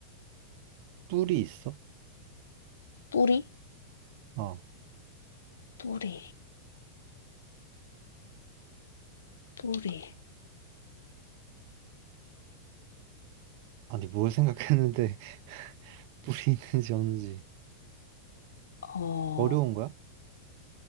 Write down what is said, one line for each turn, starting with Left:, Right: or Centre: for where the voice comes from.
Right: 뿔이 있어?
Left: 뿌리
Right: 어,
Left: 뿌리 뿌리.
Right: 아니, 뭘 생각했는데 <laughs> 뿔이 있는지 없는지.
Left: 어
Right: 어려운 거야?